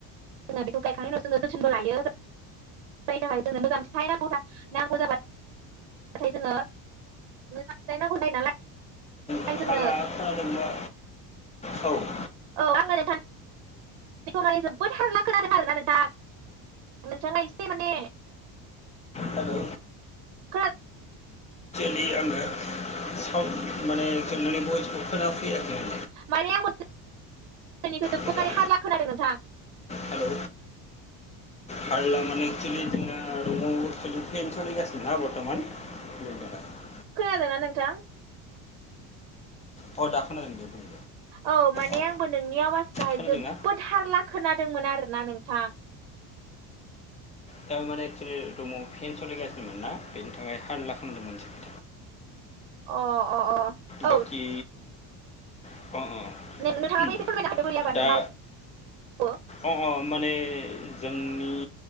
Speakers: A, on the right (about 70°); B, on the left (about 15°).
A: जोङो बेखौ गायखांनायनि उनाव जोङो जोथोनबो लायो <unintelligible> थाखाय जोंनो मोजां फिथाइ नांगौ जा नांगौ जाबाय नाथाय जोङो मोजां फिथाइ नांगौ जायो नालाय
B: नोंथाङा
A: जोंनो
B: खोनादों बा <unintelligible> औ
A: औ आङो नोंथां <unintelligible> बेखौ माने जोबोद हारला खोनादों आरोना नोंथां नोंथाङा एसे माने
B: हेलौ
A: खोना
B: बे आङो सावन माने नोंनि बयसखौ खोना फैयाखै <unintelligible>
A: माने आंबो जोबबो
B: मोजां
A: मारे हारला खोनादों नोंथां <unintelligible>
B: हेलौ हारला माने एक्सुेलि जोंना रुमाव फेन सोलिगासिनो ना बर्थ'मान <unintelligible>
A: खोनादोंना नोंथां
B: औ दा खोनादों दे बुं
A: औ माने
B: अ
A: आंबो नोंनि आवाजखौहाय
B: खोनादोंना
A: जोबोद हारला खोनादोंमोन आरोना नोंथां
B: दा माने एक्सलि रुमाव फेन सोलिगासिनोमोन ना बेनि थाखाय हारला खालामांदों मोनसे खो
A: अ अ अ
B: बाखि
A: औ
B: अ अ
A: नों- नोंथाङाबो
B: उम
A: एसे फोरमायना होदो बोरै आबाद
B: दा
A: मावो औ
B: अ अ माने जोंनि